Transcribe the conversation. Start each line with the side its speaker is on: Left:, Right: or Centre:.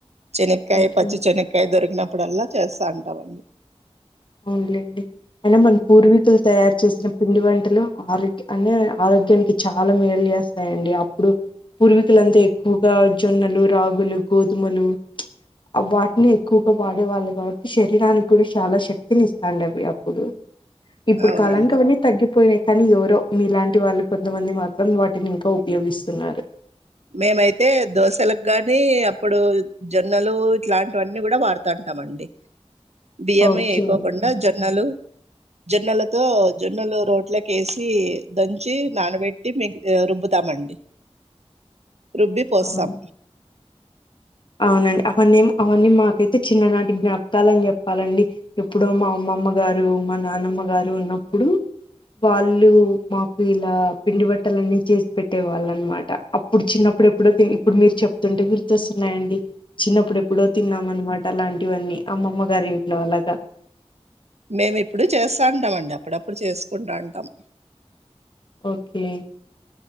Right: చెనక్కకాయ
Left: ఓకే
Right: పచ్చి చెనక్కకాయ దొరికిన అప్పుడలా చేస్తా ఉంటామండి
Left: అవునులేండి అయినా మన పూర్వీకులు తయారు చేసిన పిండి వంట ఆరోగ్య అనే ఆరోగ్యానికి చాలా మేలు చేస్తాయండి ఇప్పుడు పూర్వీకులంతా ఎక్కువగా జొన్నలు రాగులు గోధుమలు వాటిని ఎక్కువగా వాడే వాళ్ళు కాబట్టి శరీరానికి కూడా చాలా శక్తి తినిస్తాండ అప్పుడు ఇప్పుడు
Right: అవునండి
Left: కాలానికి అవన్నీ తగ్గిపోయాయి కానీ ఎవరో మీలాంటి వాళ్ళు కొంతమంది మాత్రం వాటిని ఇంకా ఉపయోగిస్తున్నారు
Right: మేమైతే దోశలకు గానీ అప్పుడు జొన్నలు ఇట్లాంటివన్నీ కూడా వాడుతాంటామ అండి బియ్యమే
Left: ఓకే
Right: అయికోకుండా జొన్నలు జొన్నలతో జొన్నలు రోట్లక వేసి దంచి నానబెట్టి మీకు రుబ్బుతామండి రుబ్బి పోస్తాం
Left: అవును అవునండి అవన్న ఏం అవన్నీ మాకైతే చిన్ననాటి జ్ఞాపకాాలని చెప్పాలండి ఎప్పుడో మా అమ్మమ్మ గారు మా అవును అ అవియాన్నీ మాకు ఐతే చిన్ననాటి జ్ఞాపకాలు అండి మా అమ్మమ గారు నాన్నమ్మ గారు ఉన్నప్పుడు వాళ్ళు మాకు ఇలా పిండి బట్టలన్నీ చేసి పెట్టే వాళ్ళ అనమాట అప్పుడు చిన్నప్పుడు ఎప్పుడో ఇప్పుడు మీరు చెప్తుంటే గుర్తొస్తు న్నాయండి చిన్నప్పుడు ఎప్పుడో తిన్నాం అనమాట అలాంటి ఇవన్నీ అమ్మమ్మ గారి ఇంట్లో అలాగా
Right: మేమి ఇప్పుడు చేస్తాంటాం అండి అప్పుడప్పుడు చేసుకుంటాంటాం
Left: ఒకే